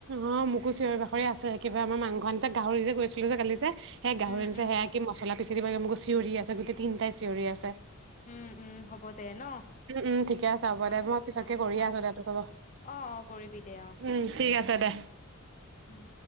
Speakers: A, on the right; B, on the left.
A: অ' মোকো চিঞৰি বাখৰি আছে, কিবা আমাৰ মাংস আনি চে, গাহৰি যে কৈছিলো যে কালি যে সেই গাহৰি
B: উম
A: আনিছে,
B: উম
A: সেয়া কি মছলা <unintelligible> মানে মোকো চিঞৰি আছে গোট তিনিটাাই চিঞৰি আছে।
B: উম। উম। হ'ব দে ন।
A: উম। উম। ঠিকে আছে হ'ব
B: অ',
A: দে। মই পিছতকে
B: অ',
A: কৰিয়ে
B: অ',
A: আছো। দোতো কব
B: অ', অ', কৰিবি দে অ',
A: উম। ঠিক আছে দে।
B: উম।